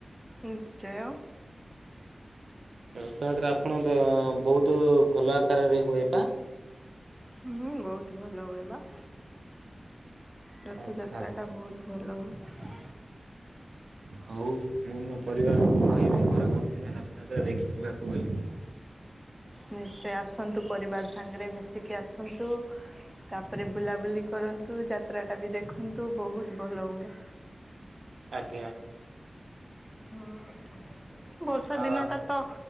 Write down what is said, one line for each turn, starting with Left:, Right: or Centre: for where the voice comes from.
Centre: ନିଶ୍ଚୟ।
Right: ରଥଯାତ୍ରା ଆପଣଙ୍କ ବହୁତ ଭଲ ଆକାରରେ ହୁଏ ପା?
Centre: ହୁଁ ବହୁତ ଭଲ ହୁଏବା। ରଥଯାତ୍ରାଟା
Right: ଆଚ୍ଛା।
Centre: ବହୁତ ଭଲ ହୁଏ।
Right: ହଉ ମୁଁ ମୋ ପରିବାରକୁ କହିବି ଖରପୋଟ ଦିନେ ରଥଯାତ୍ରା ଦେଖିଯିବାକୁ ବୋଲି।
Centre: ନିଶ୍ଚୟ ଆସନ୍ତୁ ପରିବାର ସାଙ୍ଗରେ ମିଶିକି ଆସନ୍ତୁ ତାପରେ ବୁଲାବୁଲି କରନ୍ତୁ ଯାତ୍ରା ଟା ବି ଦେଖନ୍ତୁ ବହୁତ ଭଲ ହୁଏ।
Right: ଆଜ୍ଞା।
Centre: ହୁଁ ବର୍ଷା
Right: ଆଉ
Centre: ଦିନଟା ତ।